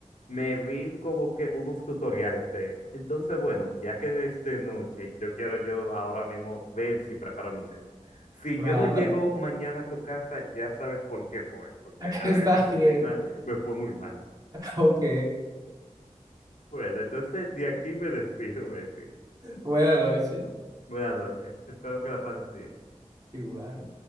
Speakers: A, on the left; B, on the right.
A: me vi como que unos tutoriales de eso. Entonces, bueno, ya que es de noche, yo quiero yo ahora mismo ver si preparo mi cena. Si
B: Claro.
A: yo no llego mañana a tu casa, ya sabes por qué fue, porque
B: <laughs>
A: la,
B: Está
A: la cocina
B: bien.
A: me fue muy mal.
B: Ok.
A: Bueno, entonces de aquí me despido, Bepi.
B: Buenas noches.
A: Buenas noches. Espero que la pases bien.
B: Igual.